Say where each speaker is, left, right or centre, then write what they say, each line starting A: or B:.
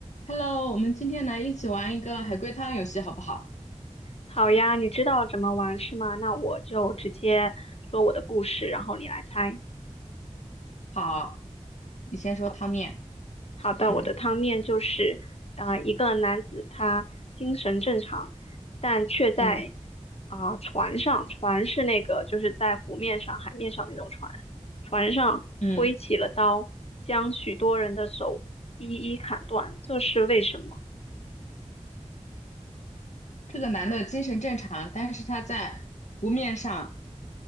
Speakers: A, on the left; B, on the left.
A: Hello，我们今天来一起玩一个海龟汤游戏，好不好？
B: 好呀，你知道怎么玩是吗？那我就直接说我的故事，然后你来猜。
A: 好，你先说汤面。
B: 好的，好的，
A: 嗯
B: 我的汤面就是，呃，一个男子他精神正常，但却在
A: 嗯
B: 啊、船上，船是那个就是在湖面上、海面上那种船，船上挥起了刀，
A: 嗯，
B: 将许多人的手一一砍断，这是为什么？
A: 这个男的精神正常，但是他在湖面上